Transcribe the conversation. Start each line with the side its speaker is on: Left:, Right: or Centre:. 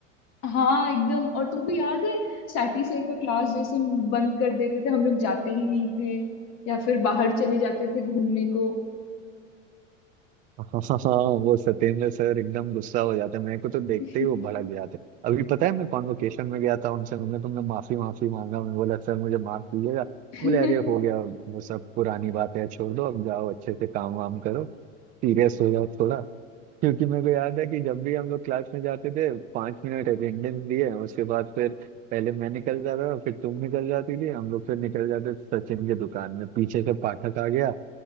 Left: हाँ एकदम और तुमको याद है सैटी सर का क्लास जैसे बंद कर देते थे हम लोग जाते ही नहीं थे या फिर बाहर चले जाते थे घूमने को
Right: हाँ हाँ हाँ, <laughs> वो सत्येंद्र सर एकदम गुस्सा हो जाते मेरे को तो देखते
Left: <laughs>
Right: ही वो भड़क जाते अभी पता है मैं कॉन्वोकेशन में गया था उनसे मैंने तुमने माफी माफी मांगा मैं बोला सर मुझे माफ कीजिएगा
Left: <laughs>
Right: बोले अरे हो गया वो सब पुरानी बातें हैं, छोड़ दो अब जाओ अच्छे से काम वाम करो सीरियस हो जाओ थोड़ा क्योंकि मेरे को याद है कि जब भी हम लोग क्लास में जाते थे पाँच मिनट अटेंडेंस दिए उसके बाद फिर पहले मैं निकल जाता था फिर तुम निकल जाती थी हम लोग फिर निकल जाते थे सचिन की दुकान में पीछे से पाठक आ गया